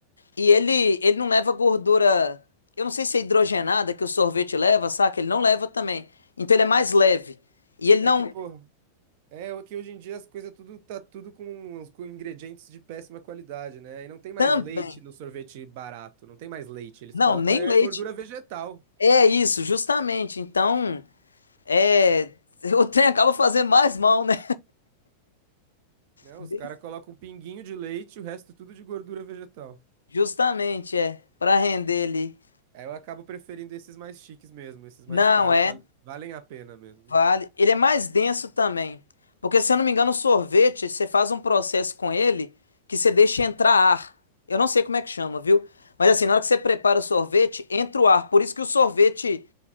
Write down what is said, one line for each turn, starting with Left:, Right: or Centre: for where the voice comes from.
Left: E ele, ele não leva gordura. Eu não sei se é hidrogenada que o sorvete leva, saca? Ele não leva também. Então ele é mais leve. E ele
Right: É
Left: não.
Right: que, pô, é o que hoje em dia as coisas tudo tá tudo com, com ingredientes de péssima qualidade, né? E não tem mais
Left: Também.
Right: leite no sorvete barato, não tem mais leite, eles
Left: Não,
Right: colocam
Left: nem
Right: é,
Left: leite.
Right: gordura vegetal,
Left: É isso, justamente. Então, é, <laughs> o trem acaba fazendo mais mal, né?
Right: né?
Left: <laughs>
Right: Os caras colocam um pinguinho de leite, o resto tudo de gordura vegetal.
Left: Justamente, é, para render ali.
Right: Aí eu acabo preferindo esses mais chiques mesmo, esses mais
Left: Não,
Right: caros
Left: é.
Right: val- valem a pena mesmo,
Left: Vale.
Right: né?
Left: Ele é mais denso também. Porque, se eu não me engano, o sorvete, você faz um processo com ele que você deixa entrar ar. Eu não sei como é que chama, viu? Mas assim, na hora que você prepara o sorvete, entra o ar. Por isso que o sorvete